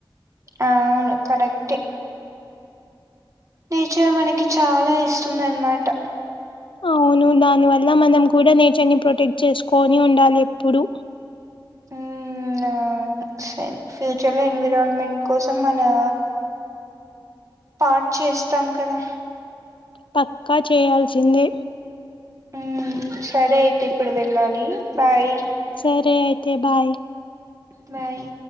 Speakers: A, on the right; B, on the left.
A: ఆవ్ను కరక్టే నేచర్ మనకి చాలా ఇస్తుంది అన్మాట
B: అవ్ను దాని వల్ల మనం కూడా నేచర్ని ప్రొటెక్ట్ చేస్కొని ఉండాలి ఎప్పుడు
A: ఉమ్మా ఒ సరే ఫ్యూచర్లో ఎన్విరాల్మెంట్ కోసం మనా స్టాట్ చేస్తాం కదా
B: పక్కా చేయాల్సిందే
A: ఉహ్ సరే అయితే ఇప్పుడు వెళ్ళాలి బాయ్
B: సరే అయితే బాయ్
A: బాయ్